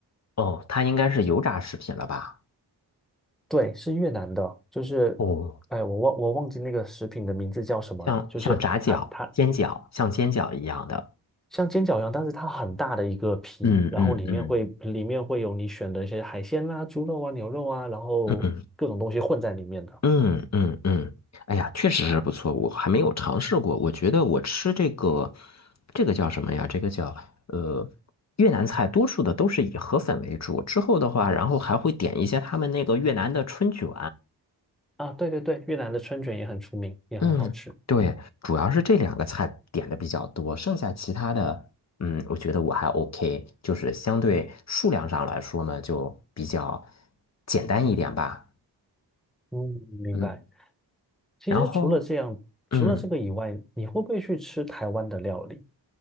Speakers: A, on the left (about 40°); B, in the centre.
A: 哦，它应该是油炸食品了吧？
B: 对，是越南的，就是，
A: 哦，
B: 哎，我忘我忘记那个食品的名字叫什么了，
A: 像像炸饺、
B: 就是它它
A: 煎饺，像煎饺一样的。
B: 像煎饺一样，但是它很大的一个皮，
A: 嗯嗯嗯
B: 然后里面会里面会有你选的一些海鲜啦、猪肉啊、牛肉啊，然后各种东西混在里面的。
A: 嗯嗯嗯嗯，哎呀，确实是不错，我还没有尝试过。我觉得我吃这个，这个叫什么呀？这个叫呃越南菜，多数的都是以河粉为主。之后的话，然后还会点一些他们那个越南的春卷。
B: 啊，对对对，越南的春卷也很出名，也很好吃。
A: 嗯，对，主要是这两个菜点的比较多，剩下其他的，嗯，我觉得我还 OK，就是相对数量上来说呢，就比较简单一点吧。
B: 嗯，明白。
A: 嗯，
B: 其实除了这样，
A: 然后，嗯，
B: 除了这个以外，你会不会去吃台湾的料理？